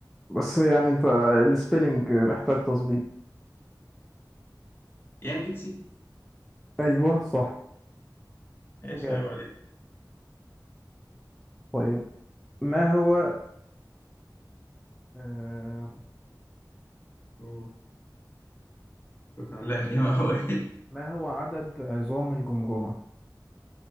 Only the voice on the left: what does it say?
يانجتسي
إيش
عيب عليك؟
أوه، بتعلقني <laughs> إيه ما هو إيه؟